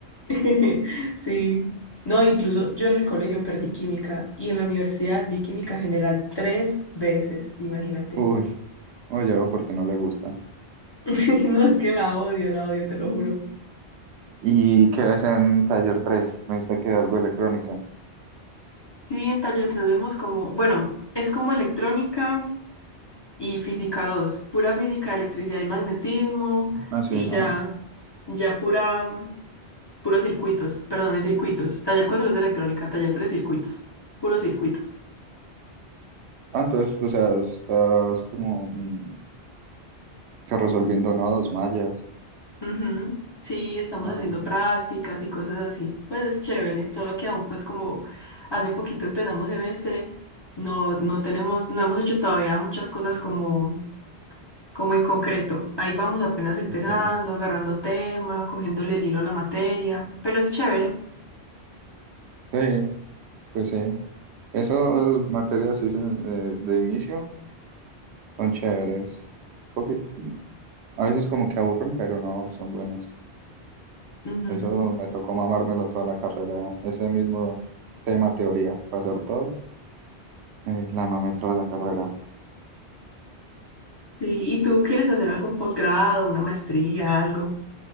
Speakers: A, on the left; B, on the right.
A: <laughs> Sí. No, incluso yo en el colegio perdí química y en la universidad vi química general tres veces, imagínate.
B: Uy, oye, algo porque no le gusta.
A: <laughs> No, es que la odio, la odio, te lo juro.
B: ¿Y qué ves en taller tres Me dijiste que algo de electrónica.
A: Sí, en taller 3 vemos como, bueno, es como electrónica, y física 2 pura física, electricidad y magnetismo,
B: Ah, sí,
A: y
B: ajá.
A: ya, ya pura, mm, puros circuitos, perdón, es circuitos. Taller 4 es de electrónica, taller 3 circuitos, puros circuitos.
B: Ah, entonces, o sea, estás como mm, que resolviendo nodos mayas.
A: Ujú. Sí, estamos
B: Ah,
A: haciendo prácticas y cosas así. Pues es chévere, solo que aún pues como hace poquito empezamos semestre, no, no tenemos, no hemos hecho todavía muchas cosas como, como en concreto. Ahí vamos apenas empezando,
B: ok.
A: agarrando tema, cogiéndole el hilo a la materia, pero es chévere.
B: Sí, pues sí. Esas materias sí se- de, de inicio son chéveres. Un poquit- a veces como que aburren, pero no, son buenas.
A: Ujú,
B: Eso me tocó mamármelo toda la carrera. Ese mismo tema teoría para hacer todo, eh, la mamé toda la carrera.
A: Sí, ¿y tú quieres hacer algún posgrado, una maestría, algo?